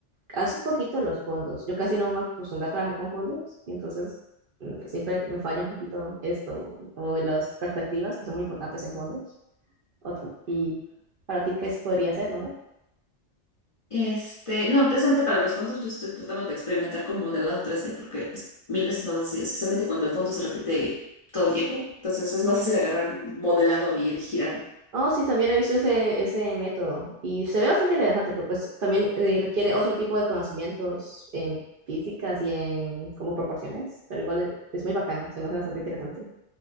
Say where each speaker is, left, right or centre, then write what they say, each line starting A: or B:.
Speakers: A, on the right; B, on the left.
A: hace un poquito los fondos. Yo casi no me acostumbré a trabajar con fondos, y entonces mm, siempre me falla un poquito esto, o las perspectivas, que son muy importantes en fondos. Otro- y para ti, ¿qué se podría hacer, no sé?
B: Este, no, precisamente para los fondos yo estoy tratando de experimentar con modelado 3D porque es mil veces más fácil, especialmente cuando el fondo se repite todo el tiempo. Entonces es más fácil agarrar un modelado y ir girando.
A: Oh, sí, también he visto ese, ese método y se ve bastante interesante, pero pues también eh, requiere otro tipo de conocimientos en físicas y en como proporciones, pero igual es, es muy bacano, se me hace bastante interesante.